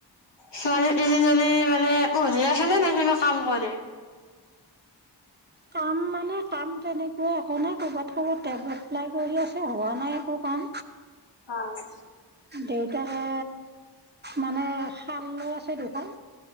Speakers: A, on the left; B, on the right.
A: ছোৱালী তিনি জনী মানে পঢ়িয়ে আছে নে নে কিবা কাম কৰে?
B: কাম মানে কাম তেনেকুৱা একো নাই কৰ'বাত কৰবাত টেবত- এপ্লাই কৰি আছে হোৱা নাই একো কাম,
A: হয়,
B: দেউতাকে মানে শালো আছে দুখন